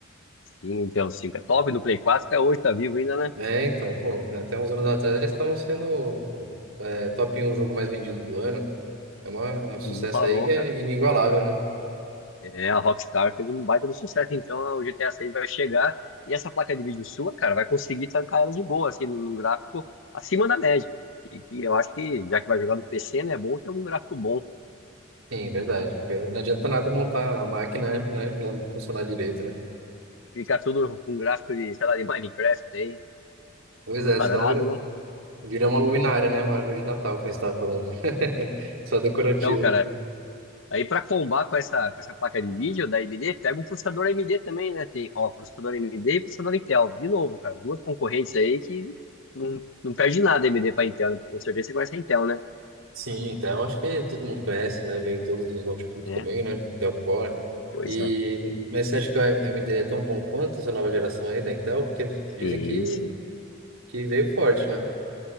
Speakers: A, on the left; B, on the right.
A: Sim, então 5 é top no Play 4 até hoje tá vivo ainda, né?
B: Né, então, pô, até uns anos atrás eles estavam sendo é, top um jogo mais vendido do ano. É uma- é um sucesso
A: Não parou,
B: aí que é
A: cara.
B: inigualável, né?
A: É, a Rockstar fez um baita do sucesso, então o GTA 6 vai chegar e essa placa de vídeo sua, cara, vai conseguir tancar ela de boa, assim, num num gráfico acima da média. E, que eu acho que, já que vai jogar no PC, né, é bom ter um gráfico bom.
B: Sim, verdade. Porque Não adianta nada montar a máquina, né? Ela não funcionar direito, né?
A: Ficar tudo com gráfico de, sei lá, de Minecraft aí,
B: Pois
A: tudo
B: é,
A: quadrado,
B: senão vira,
A: né?
B: vira uma luminária, né? Uma árvore de Natal, que nem você estava falando. <laughs> Só decorativo.
A: Então, cara, aí pra combar com essa, com essa placa de vídeo da AMD, pega um processador AMD também, né? Tem, ó, processador AMD e processador Intel. De novo, cara, duas concorrentes aí que não, não perde nada a AMD pra Intel, né? Com certeza você conhece a Intel, né?
B: Sim, Dell, acho que todo mundo conhece, né? Vem em todos os notebooks
A: Né?
B: também, né? Intel Core.
A: Pois
B: E,
A: é.
B: mas você acha que a AMD é tão bom quanto essa nova geração aí da Intel? Porque
A: Sim,
B: dizem que,
A: sim.
B: que veio forte, né?